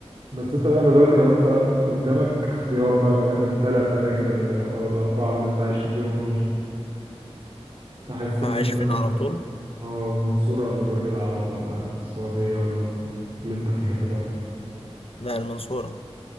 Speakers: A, on the right; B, on the left.
A: بس انت بقى دلوقتي لو انت قدامك اختيار بقى ما بين الثلاث اماكن ال- او الاربعة اللي انت عشت فيهم دول تحس
B: هعيش
A: ان انت
B: فين على طول
A: اه منصورة ولا برج العرب ولا السعودية ولا ال- اللي انت فيها دلوقتي
B: لا المنصورة